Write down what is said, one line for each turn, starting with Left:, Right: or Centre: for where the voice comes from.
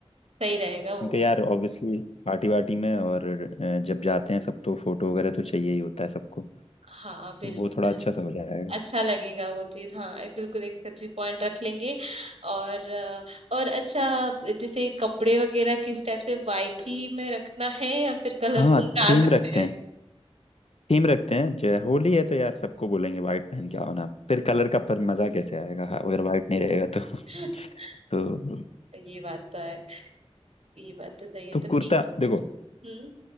Right: सही रहेगा वो
Left: क्योंकि यार ऑब्वियसली पार्टी वार्टी में और अ, जब जाते हैं सब तो फोटो वगैरह तो चाहिए ही होता है सबको
Right: हाँ बिल्कुल
Left: तो वो थोड़ा अच्छा सा हो जाएगा
Right: अच्छा लगेगा वो चीज हाँ एक- बिल्कुल एक सेल्फी पॉइंट रख लेंगे और अ, और अच्छा जैसे कपड़े वगैरह किस टाइप से वाइट ही में रखना है या फिर कलरफुल
Left: हाँ
Right: में आ
Left: थीम
Right: सकते
Left: रखते
Right: हैं
Left: हैं थीम रखते हैं जय होली है तो यार सबको बोलेंगे व्हाइट पहन के आओ ना फिर कलर का पर मजा कैसे आएगा हाँ अगर व्हाइट नहीं रहेगा तो <laughs>
Right: <laughs>
Left: तो
Right: ये बात तो है ये बात तो सही है
Left: तो
Right: तो
Left: कुर्ता
Right: ठीक है
Left: देखो
Right: फिर। हम्म